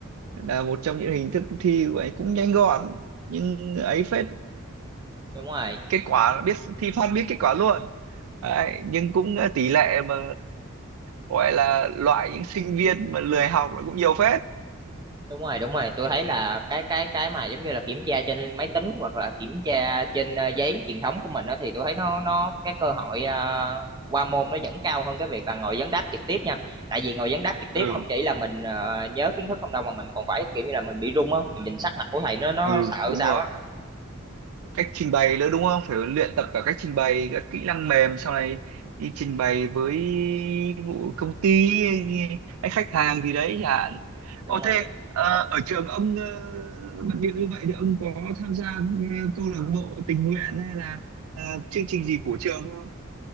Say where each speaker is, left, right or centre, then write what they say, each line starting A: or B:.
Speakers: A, on the right; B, on the right.
A: là một trong những hình thức thi của ấy cũng nhanh gọn nhưng ấy phết
B: đúng rồi
A: kết quả là biết thi phát biết kết quả luôn đấy, nhưng cũng ờ, tỷ lệ mà gọi là loại những sinh viên mà lười học là cũng nhiều phết
B: đúng rồi đúng rồi tôi thấy là cái cái cái mà giống như là kiểm tra trên máy tính hoặc là kiểm tra trên ờ, giấy truyền thống của mình đó thì tôi thấy nó nó cái cơ hội ờ, qua môn nó vẫn cao hơn cái việc là ngồi vấn đáp trực tiếp nha tại vì ngồi vấn đáp trực tiếp
A: ừ
B: không chỉ là mình ờ, nhớ kiến thức không đâu mà mình còn phải kiểu như là mình bị run á mình nhìn sắc mặt của thầy nó nó
A: ừ
B: sợ
A: đúng
B: sao
A: rồi
B: á
A: cách trình bày nữa đúng không phải luyện tập cả cách trình bày các kỹ năng mềm sau này đi trình bày với vụ công ty hay khách hàng gì đấy chẳng hạn
B: đúng
A: ô
B: rồi
A: thế ờ, ở trường ông ờ, bận bịu như vậy thì ông có tham gia ờ, câu lạc bộ tình nguyện hay là ờ, chương trình gì của trường không